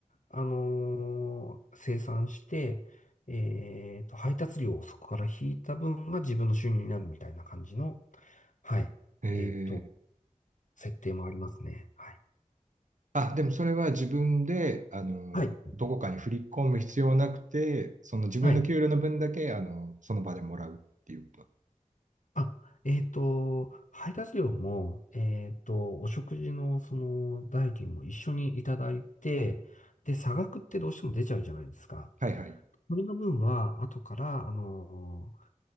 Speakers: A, on the left (about 65°); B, on the right (about 65°).
A: あのー生産して、えっと、配達料をそこから引いた分が自分の収入になるみたいな感じの、はい、
B: え
A: えっと、設定もありますね。はい。
B: あ、でもそれは自分で、あの、
A: はい。
B: どこかに振り込む必要はなくて、その自分の給料の分だけ、
A: はい。
B: あの、その場でもらうっていうこと。
A: あ、えっと、配達料も、えっと、お食事のその代金も一緒にいただいて、で、差額ってどうしても出ちゃうじゃないですか。
B: はいはい。
A: それの分は、後から、あのー